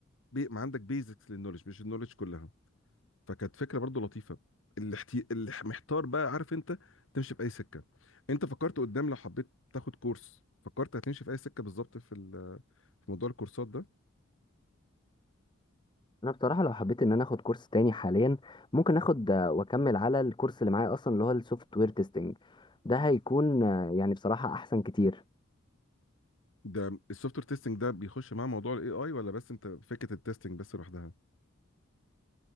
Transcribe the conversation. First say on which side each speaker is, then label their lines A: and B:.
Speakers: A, on the left; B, on the left.
A: بي ما عندك بيزكس للنولج مش النولج كلها فكانت فكره برضو لطيفه اللي, احتي... اللي محتار بقى عارف انت تمشي في اي سكه انت فكرت قدام لو حبيت تاخد كورس فكرت هتمشي في اي سكه بالظبط في في موضوع الكورسات ده
B: انا بصراحة لو حبيت ان انا اخد كورس تاني حاليا ممكن اخد آه، واكمل على الكورس اللي معايا اصلا اللي هو السوفت وير تيستنج ده هيكون آه، يعني بصراحة احسن كتير
A: ده السوفت وير تيستنج ده بيخش مع موضوع الاي اي ولا بس انت فكره التيستنج بس لوحدها